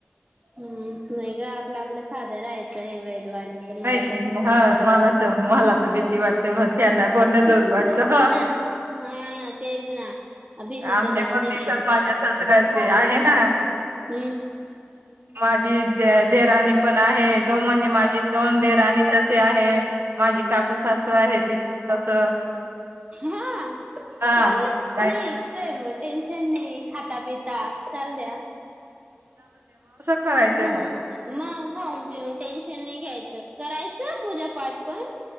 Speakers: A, on the right; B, on the right.
A: हम्म नाही ग आपलं आपलं साधं राहायचं हे <unintelligible> मला
B: नाही
A: तर
B: ह मला तर मला तर भीती वाटते मी मग त्यांना पण धरू
A: हो
B: वाटत
A: ना
B: <unintelligible>
A: हा ना तेच ना. भीती
B: आमच्या
A: तर जाऊ
B: पतीचं
A: दे
B: आणि
A: माझे
B: माझ्या
A: सासूचे
B: सासऱ्याचे
A: हाल
B: आहे
A: होत
B: ना.
A: हम्म
B: माझे <unintelligible> देराणी पण आहे दोन म्हणजे माझी दोन देराणी तसे आहे. माझी काकू सासू आहे ती तसं
A: हा,
B: हा
A: चांगलं
B: काय
A: नाही काय मग टेन्शन नाही खाता पिता चालू द्या.
B: करायचे
A: हा
B: ना.
A: मग खाऊन पिऊन टेन्शन नाही घ्यायचं कराय <unintelligible> पूजापाठ पण,